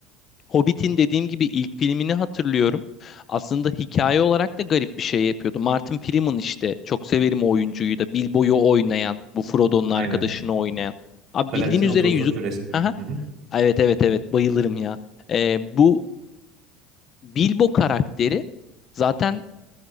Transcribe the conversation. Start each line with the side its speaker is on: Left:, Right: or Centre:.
Left: Hobbit'in dediğim gibi ilk filmini hatırlıyorum. Aslında hikaye olarak da garip bir şey yapıyordu. Martin Freeman işte çok severim o oyuncuyu da Bilbo'yu oynayan, bu Frodo'nun arkadaşını
Right: Aynen.
Left: oynayan. Abi
Right: Galaksinin
Left: bildiğin üzere
Right: otostopçu
Left: yüzük
Right: resmini.
Left: Aha.
Right: Hı hı.
Left: Evet evet evet bayılırım ya. Ee, bu Bilbo karakteri zaten